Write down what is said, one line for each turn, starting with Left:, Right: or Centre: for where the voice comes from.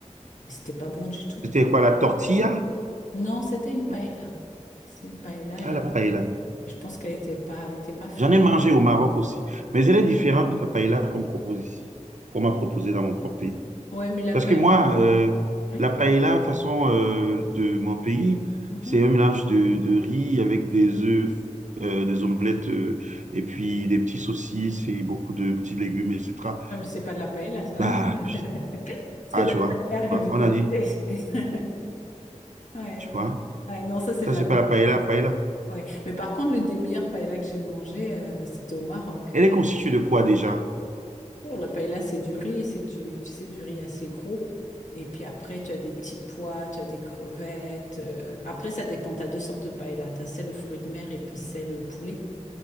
Left: et c'était pas bon du tout.
Right: c'était quoi, la tortilla?
Left: Non, c'était une paella.
Right: Non,
Left: C'était une paella
Right: ah,
Left: et
Right: la paella.
Left: je pense qu'elle était pas, elle était pas fraîche.
Right: J'en ai mangé au Maroc aussi, mais elle est différente de la paella qu'on me propose ici, qu'on m'a proposé dans mon propre pays.
Left: Ouais, mais la
Right: Parce
Left: paella,
Right: que moi, euh,
Left: oui.
Right: la paella, façon euh, de mon pays,
Left: Mhm.
Right: c'est un mélange de, de riz avec des œufs, euh, des omelettes, euh, et puis des petits saucisses et beaucoup de petits légumes, etc.
Left: Ah, mais c'est pas de la paella, ça.
Right: Bah,
Left: <laughs> C'est
Right: ah,
Left: de
Right: tu
Left: la
Right: vois,
Left: paella
Right: tu vois,
Left: revisitée.
Right: on a dit,
Left: <laughs> Ouais.
Right: tu vois,
Left: Ouais, non, ça, c'est
Right: ça,
Left: de la
Right: c'est
Left: paella.
Right: pas la paella, paella.
Left: Ouais. Mais par contre, l'une des meilleures paellas que j'ai mangées, euh, c'était au Maroc.
Right: Elle est constituée de quoi déjà?
Left: On la paella, c'est du riz, c'est du, tu sais, du riz assez gros. Et puis après, tu as des petits pois, tu as des crevettes. euh. Après, ça dépend. Tu as deux sortes de paella. Tu as celle aux fruits de mer et puis celle au poulet.